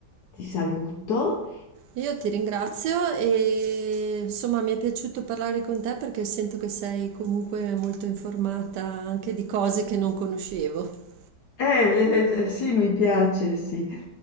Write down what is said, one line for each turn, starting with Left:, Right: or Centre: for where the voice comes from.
Left: ti saluto.
Right: io ti ringrazio e insomma mi è piaciuto parlare con te perché sento che sei comunque molto informata anche di cose che non conoscevo.
Left: Eh, eh, sì, mi piace, sì.